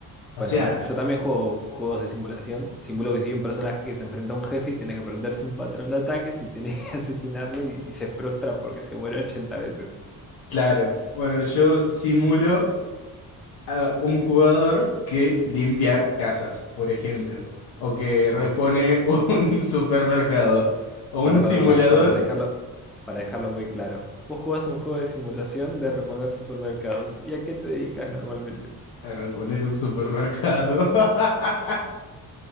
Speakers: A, on the left; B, in the centre.
A: O
B: Bueno,
A: sea,
B: a ver, yo también juego juegos de simulación. Simulo que soy un personaje que se enfrenta a un jefe y tiene que aprenderse un patrón de ataques y tiene que <laughs> asesinarlo y, y se frustra porque se muere 80 veces.
A: claro, bueno, yo simulo a un jugador que limpia casas, por ejemplo, o que
B: Ok.
A: repone un <laughs> supermercado, o un
B: Para,
A: simulador
B: para, para, para dejarlo, para dejarlo muy claro. Vos jugás un juego de simulación de reponer supermercados. ¿Y a qué te dedicas normalmente?
A: a reponer un supermercado. <laughs>